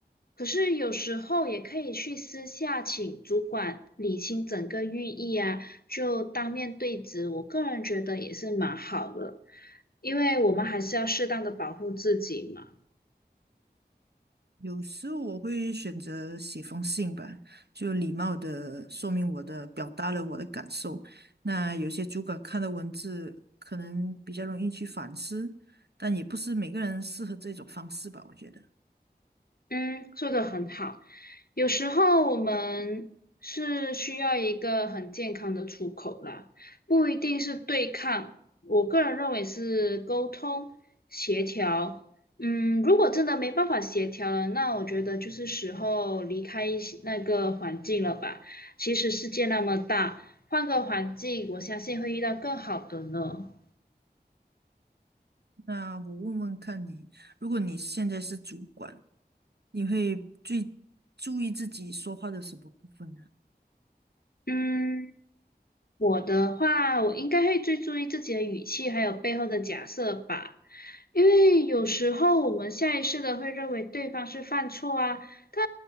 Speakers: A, on the left; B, on the right.
A: 可是有时候也可以去私下请主管理清整个寓意啊，就当面对质，我个人觉得也是蛮好的，因为我们还是要适当的保护自己嘛。
B: 有时候我会选择写封信吧，就礼貌的说明我的，表达了我的感受。那有些主管看的文字可能比较容易去反思，但也不是每个人适合这种方式吧，我觉得。
A: 嗯，说的很好。有时候我们是需要一个很健康的出口啦，不一定是对抗。我个人认为是沟通协调。嗯，如果真的没办法协调了，那我觉得就是时候离开一些那个环境了吧。其实世界那么大，换个环境，我相信会遇到更好的呢。
B: 那我问问看你，如果你现在是主管，你会最注意自己说话的什么部分呢？
A: 嗯。我的话，我应该会最注意自己的语气，还有背后的假设吧。因为有时候我们下意识的会认为对方是犯错啊，但